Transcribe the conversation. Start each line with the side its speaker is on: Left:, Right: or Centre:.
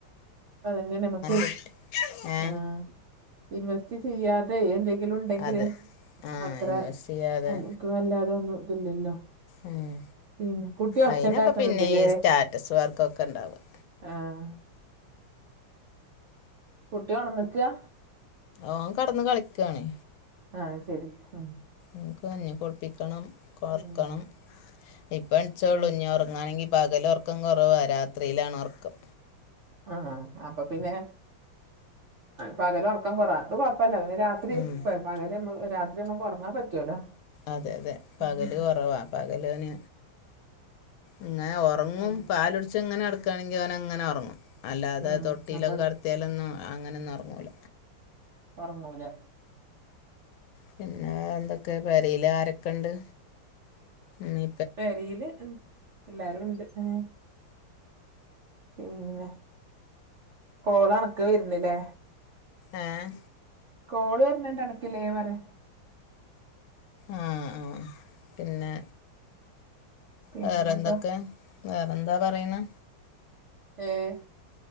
Right: അതന്നെ നമുക്ക്
Left: കിട്ടി ഏ
Right: ആഹ് ഇൻവെ വെസ്റ്റ് ചെയ്യാതെ എന്തെങ്കിലും ഉണ്ടെങ്കില്
Left: അതെ ആ
Right: അത്ര
Left: ഇൻവെസ്റ്റ് ചെയ്യാതെ
Right: അ നക്ക അല്ലാതൊന്നും ഇത് ല്ലല്ലോ
Left: ഉം
Right: ഉം കുട്ടി ഒച്ചണ്ടാക്കണുണ്ട്ല്ലേ
Left: അയിനൊക്കെ പിന്നെ ഈ സ്റ്റാറ്റസ് വർക്കൊക്കെ ഉണ്ടാവും
Right: ആഹ് കുട്ടിയൊണന്നിക്ക്വ
Left: ഓൻ കെടന്നു കളിക്കാണേ
Right: ആഹ് ശരി ഉം
Left: ഓൻക്ക് കഞ്ഞി കുടിപ്പിക്കണം ഒർക്കണം
Right: പിന്നെ
Left: ഇപ്പോ എണീച്ചോള്ളൂ
Right: ഏഹ്
Left: ഇഞ്ഞി ഉറങ്ങാണെങ്കി പകല് ഒറക്കം കൊറവാ രാത്രിയിലാണ് ഒറക്കം
Right: ആഹ് അപ്പൊ പിന്നെ പകല് ഒറക്കം കൊറവ അത് കൊഴപ്പില്ല പിന്നെ രാത്രി
Left: ഉം
Right: പകല് രാത്രി നമ്മക്ക് ഒറങ്ങാൻ പറ്റുവല്ലോ
Left: അതെ അതെ പകല്
Right: ഉം
Left: കുറവാ പകലോന് ഇങ്ങനെ ഒ റങ്ങും
Right: ഉം
Left: പാലൊടിച്ചിങ്ങനെ കെടക്കാണെങ്കി അവനങ്ങനെ ഒറങ്ങും അല്ലാതെ
Right: ഉം
Left: തൊട്ടീലൊക്കെ
Right: അപ്പൊ
Left: കെടത്തിയാലൊന്നും അങ്ങനൊന്നും ഉറങ്ങൂല
Right: ഒറങ്ങൂല
Left: പിന്നെ എന്തൊക്കെ പെരയില് ആരൊക്കെണ്ട് നീ
Right: പെരയില് എല്ലാരും ഉണ്ട് ആഹ് പിന്നെ കോളണക്ക് വരുന്നില്ലേ
Left: ഏഹ്
Right: കോള് വരുന്നുണ്ട് അനക്കില്ലേ വേറെ
Left: ആഹ് ആഹ് പിന്നെ
Right: പിന്നെന്താ
Left: വേറെന്തൊക്കെ വേറെന്താ പറയണ്
Right: ഏഹ്